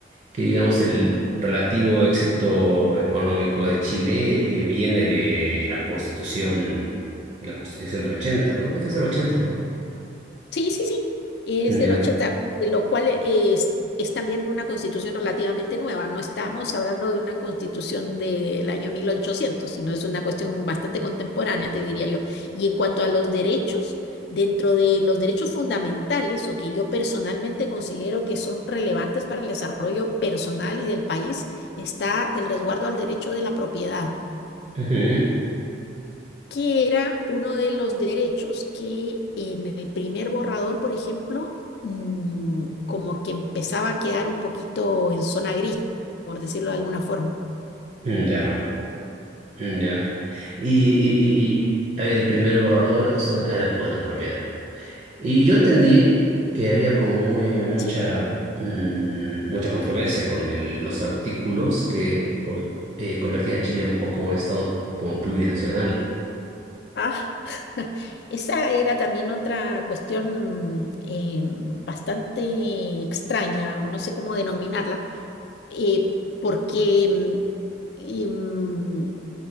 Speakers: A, on the right (about 40°); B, on the left (about 65°).
A: que digamos, el relativo éxito económico de Chile eh, viene de la Constitución, la Constitución del ochenta ¿no? Es del ochenta ¿no?
B: sí, sí, sí, es
A: Ya.
B: del 80, de lo cual eh, es, es también una constitución relativamente nueva. No estamos hablando de una constitución del año 1800, sino es una cuestión bastante contemporánea, te diría yo. Y en cuanto a los derechos, dentro de los derechos fundamentales, o que yo personalmente considero que son relevantes para el desarrollo personal y del país, está el resguardo al derecho de la propiedad.
A: Ujú.
B: que era uno de los derechos que en el primer borrador, por ejemplo, mm, como que empezaba a quedar un poquito en zona gris, por decirlo de alguna forma.
A: Ya. Ya. Y, y, y, y, a ver, el primer borrador, es una- era, bueno, la propiedad. Y yo entendí que había como muy mucha
B: Sí.
A: mm, mucha controversia con el- los artículos que por- eh, convertían a Chile un poco en un estado como plurinacional.
B: Ah, <laughs> esa era también otra cuestión eh, bastante extraña, o no sé cómo denominarla, eh, porque mm, em,